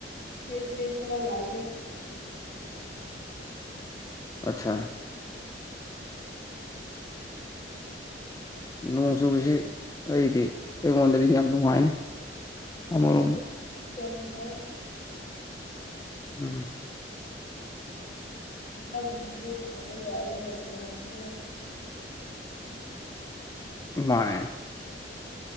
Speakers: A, on the left; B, on the left.
A: ꯅꯇꯔꯔꯤ ꯐꯣ ꯂꯥꯛꯗ ꯑ
B: ꯑꯠꯆꯥ
A: ꯁꯤ <inaudible>
B: ꯅꯣꯡ ꯆꯨꯕꯁꯤ ꯑꯩꯗꯤ ꯑꯩꯉꯣꯟꯗꯗꯤꯗꯤ ꯌꯥꯝ ꯅꯨꯡꯉꯥꯏꯅꯤ ꯑꯃꯔꯣꯝꯗ
A: ꯁꯝꯕꯔꯤ ꯌꯥꯝ ꯃꯥ
B: ꯎꯝ
A: ꯑ ꯉꯕꯔ ꯇꯥꯎꯕ ꯌꯥꯔꯦꯅꯦ ꯅꯣꯡ ꯁꯤꯅ
B: ꯃꯅꯦꯦ